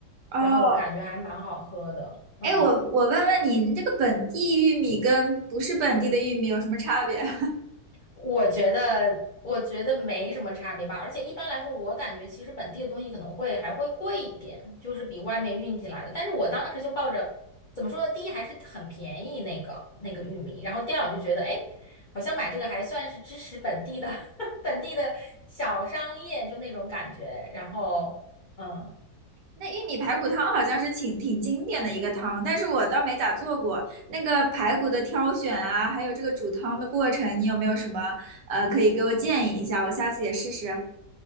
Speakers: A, on the right; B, on the left.
A: 哦，
B: 然后我感觉还蛮好喝的，嗯。
A: 哎，我我问问你，你这个本地玉米跟不是本地的玉米有什么差别？<laughs> 哦，
B: 我觉得，我觉得没什么差别吧。而且一般来说，我感觉其实本地的东西可能会还会贵一点，就是比外面运进来的。但是我当时就抱着怎么说呢，第一还是很便宜那个那个玉米，然后第二我就觉得，哎，好像买这个还算是支持本地的 <laughs> 本地的小商业，就那种感觉。然后，嗯。
A: 那玉米排骨汤好像是挺挺经典的一个汤，但是我倒没咋做过。那个排骨的挑选啊，还有这个煮汤的过程，你有没有什么呃可以给我建议一下？我下次也试试。